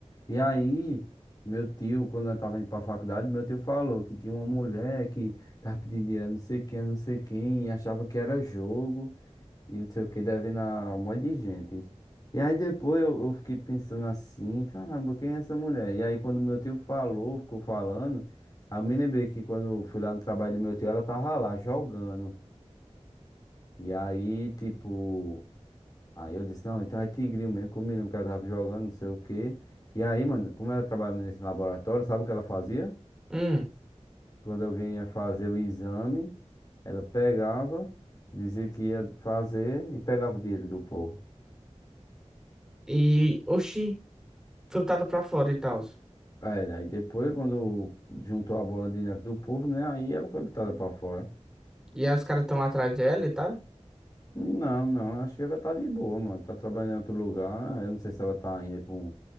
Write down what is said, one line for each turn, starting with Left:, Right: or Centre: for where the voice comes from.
Left: E aí, meu tio, quando ela tava indo pra faculdade, meu tio falou que tinha uma mulher que tava pedindo dinheiro a não sei quem, a não sei quem, e achava que era jogo, e não sei o que, devendo a um monte de gente. E aí depois eu, eu fiquei pensando assim, caramba, quem é essa mulher? E aí quando meu tio falou, ficou falando, aí eu me lembrei que quando eu fui lá no trabalho do meu tio, ela tava lá jogando. E aí, tipo, Aí eu disse, não, então é tigrinho mesmo, que eu me lembro que ela tava jogando, não sei o quê. E aí, mano, como ela trabalhava nesse laboratório, sabe o que ela fazia?
Centre: Hum.
Left: Quando alguém ia fazer o exame, ela pegava, dizia que ia fazer e pegava o dinheiro do povo.
Centre: E, oxi, foi botada pra fora e tal.
Left: Aí, aí depois, quando juntou a bola de neve do povo, né? Aí ela foi botada pra fora.
Centre: E aí os caras estão atrás dela e tal.
Left: Não, não, acho que ela tá de boa, mano. Tá trabalhando em outro lugar. Eu não sei se ela tá ainda com,